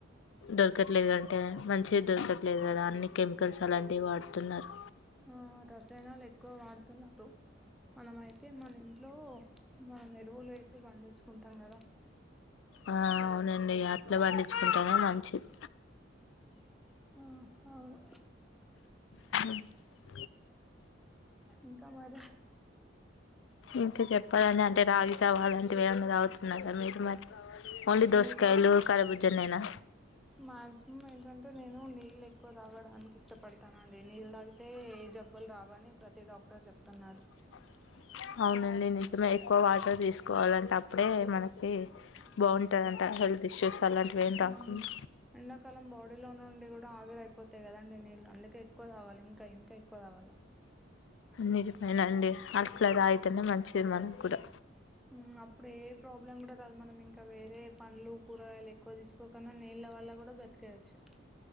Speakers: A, on the left; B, in the centre.
A: దొరకట్లేదుండి అంటే మంచిగ దొరకట్లేదు కదా అన్ని కెమికల్స్ అలాంటివి వాడుతున్నారు.
B: ఆ రసాయనాలు ఎక్కువ వాడుతున్నారు మనం అయితే మన ఇంట్లో మనం ఎరువులు వేసి పండిచ్చుకుంటాం కదా
A: ఆ అవునండి అట్లా పండిచ్చుకుంటేనే మంచిది
B: ఆ అవును
A: <unintelligible>
B: ఇంకా మరి
A: ఇంకా చెప్పాలండి అంటే రాగిజావా అలాంటివి ఏవన్నా తాగుతా న్నారా మీరు మరి ఓన్లీ దోసకాయలు
B: నీళ్ళే
A: కరిబుజ్జనేనా
B: మాక్సిమం ఏంటంటే నేను నీళ్ళు ఎక్కువ తాగడానికి ఇష్టపడతానండి నీళ్ళ తాగితే ఏ జబ్బులు రావని ప్రతి డాక్ క్టర్ చెప్తున్నారు
A: <unintelligible> అవునండి నిజమే ఎక్కువ వాటర్ తీసుకోవాలంట అప్పుడే మనకి బాగుంటదంట హెల్త్ ఇష్యూస్ అలాంటివి ఏం రాకుండా
B: ఉమ్ ఎండాకాలం బాడీ లో నుండి కూడా ఆవిర్ అయిపోతాయి కదండి నీళ్లు అందుకే ఎక్కువ తాగాలి ఇంకా ఇంకా ఎక్కువ తాగాలి
A: నిజమే నండి అట్లా తాగితేనే మంచిది మనకు కూడా
B: ఉమ్ అప్పుడు ఏ ప్రాబ్లం కూడా రాదు మనం ఇంకా వేరే పండ్లు కూరగాయలు ఎక్కువ తీసుకోకున్నా నే ళ్ళ వల్ల కూడా బతికేయచ్చు